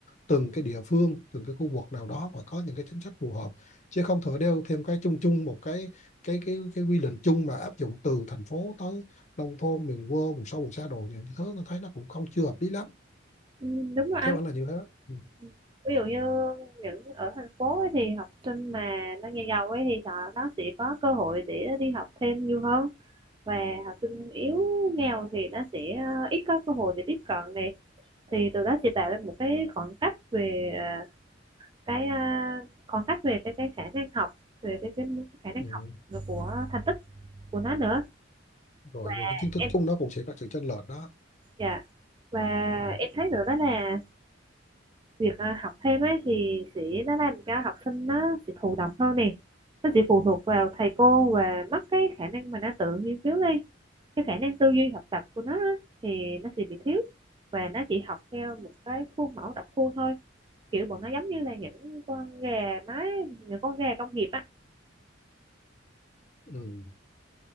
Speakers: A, on the left; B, on the right.
A: từng cái địa phương từng cái khu vực nào đó và có những cái chính sách phù hợp chứ không thể đeo thêm cái chung chung một cái cái cái cái quy định chung mà áp dụng từ thành phố tới nông thôn miền quê vùng sâu vùng xa đồ như thế nó thấy nó cũng không chưa hợp lý lắm
B: Ừ, đúng rồi anh
A: theo anh là như thế ừ.
B: Ừ. ví dụ như những ở thành phố ấy thì học sinh mà nó nhà giàu ấy thì họ nó sẽ có cơ hội để đi học thêm nhiều hơn và học sinh yếu nghèo thì nó sẽ ờ, ít có cơ hội để tiếp cận này thì từ đó sẽ tạo ra một cái khoảng cách về ờ, cái ờ, khoảng cách về cái cái khả năng học về cái, cái khả năng
A: Ừ.
B: học của thành tích của nó nữa
A: rồi
B: và
A: rồi cái kiến thức
B: em
A: chung nó cũng sẽ có sự chênh lệch đó
B: dạ và
A: Ừ.
B: em thấy nữa đó là việc à, học thêm ấy thì sẽ nó làm cho học sinh nó sẽ thụ động hơn nè nó sẽ phụ thuộc vào thầy cô và mất cái khả năng mà nó tự nghiên cứu đi cái khả năng tư duy học tập của nó á, thì nó sẽ bị thiếu và nó chỉ học theo một cái khuôn mẫu đọc khuôn thôi kiểu bọn nó giống như là những con gà mái những con gà công nghiệp á
A: ừ.